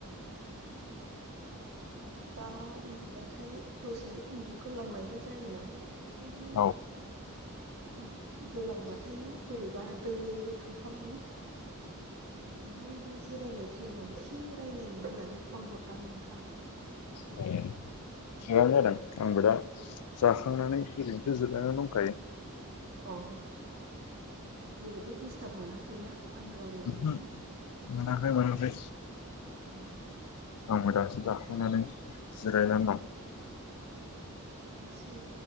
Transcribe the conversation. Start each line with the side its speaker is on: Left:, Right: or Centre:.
Right: <unintelligible> दा उन्दुबाथाय दसे उन्दुगोलांनायबो जायो नालाय। ओंखायनो
Left: औ
Right: उम गोलांबाथाय बोरैबा दोबो थांफ्लाङो। ओंखायनो बे जिरायनाय टाइमाव एसे रायलायनो होननानै फन हरदां नोंथां।
Left: ओ। थिगानो जादों आंबो दा जाखांनानै ओरैनोसो जिरायनानै दंखायो।
Right: अ जेबोथ' दिस्टाब मोनाखैना आं रायलायहरनायाव?
Left: ओहो मोनाखै मोनाखै।
Right: अ।
Left: आंबो दासो जाखांनानै जिरायनानै
Right: औ मोनसे
Left: दं।